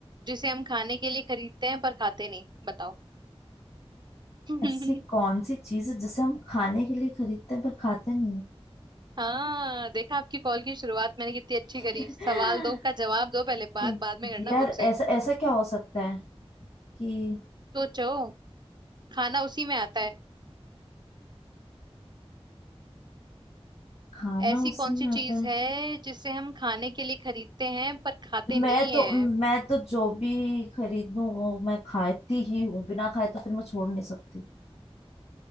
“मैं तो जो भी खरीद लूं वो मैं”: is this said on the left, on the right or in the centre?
Left